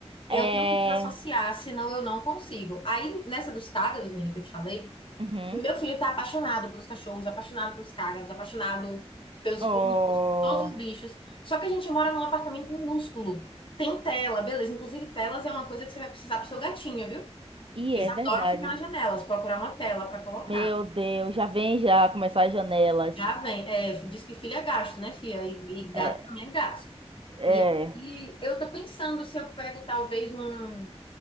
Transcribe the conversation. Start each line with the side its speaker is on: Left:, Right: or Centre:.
Left: Eu
Right: hum, é.
Left: tenho que desassociar, senão eu não consigo. Aí, nessa dos cagos, menina, que eu te falei,
Right: uhum.
Left: Meu filho tá apaixonado pelos cachorros, apaixonado pelos cágados, apaixonado pelos
Right: Oh,
Left: pombos, todos os bichos. Só que a gente mora num apartamento minúsculo. Tem tela, beleza. Inclusive, telas é uma coisa que você vai precisar pro seu gatinho, viu?
Right: e
Left: Eles
Right: é
Left: adoram
Right: verdade.
Left: ficar nas janelas, procurar uma tela pra colocar.
Right: Meu Deus, já vem já começar as janelas.
Left: Já vem. É, diz que filho é gasto, né, filha? E, e gato
Right: É,
Left: também é gasto.
Right: é,
Left: E aí eu tô pensando se eu pego talvez um,